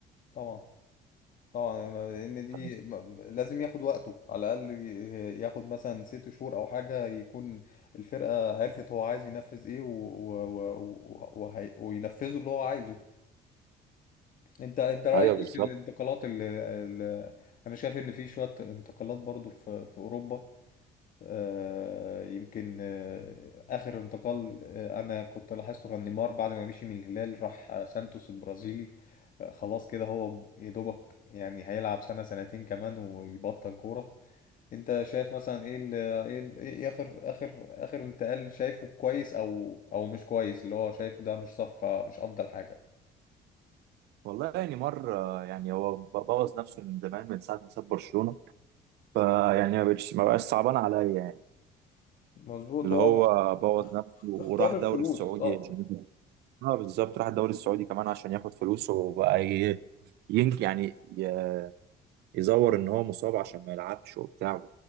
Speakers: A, on the left (about 55°); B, on the right (about 75°).
A: طبعا طبعا أنا- لان دي
B: ف-
A: م- لازم ياخد وقته على الاقل ي- ياخد مثلا ست شهور او حاجه يكون الفرقه عرفت هو عايز ينفذ ايه و... و... و... و... وهي- وينفذوا اللي هو عايزه انت انت رايك
B: ايوه
A: ايه
B: بالظبط
A: في الانتقالات اللي, اللي... انا شايف ان في شويه انتقالات برضو في في اوروبا آه، يمكن آه، آخر انتقال آه، أنا كنت لاحظته كان نيمار بعد ما مشي من الهلال راح آه، سانتوس البرازيلي آه، خلاص كده هو يا دوبك يعني هيلعب سنة سنتين كمان ويبطل كورة أنت شايف مثلا إيه ال إيه, ال إيه آخر آخر آخر انتقال شايفه كويس أو أو مش كويس اللي هو شايفه ده مش صفقة مش أفضل حاجة
B: والله يعني مرة يعني هو ب- بوظ نفسه من زمان من ساعة ما ساب برشلونة فيعني ما بقتش ما بقاش صعبان عليا يعني
A: مظبوط
B: اللي
A: هو
B: هو بوظ
A: اخ-
B: نفسه وراح
A: اختار
B: دوري
A: الفلوس
B: السعودي
A: اه
B: عشان اه بالظبط راح الدوري السعودي كمان عشان ياخد فلوسه وبقى ي- ين يعني ي- يزور ان هو مصاب عشان ما يلعبش وبتاع